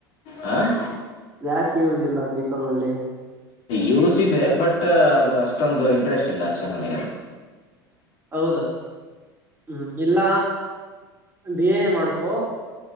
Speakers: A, on the left (about 50°); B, on the right (about 15°).
A: ಹಾಂ
B: ಯಾಕೆ ಯೂಸ್ ಇಲ್ಲ ಬಿಕಾಂಲ್ಲಿ
A: ಯೂಸ್ ಇದೆ ಬಟ್ ಅದು ಅಷ್ಟೊಂದು ಇಂಟ್ರೆಸ್ಟ್ ಇಲ್ಲ ಅರ್ಸರ್ ಮನ
B: ಹೌದ ಹ್ಮ ಇಲ್ಲ ಬೇನೆೇ ಮಾಡ್ ಹ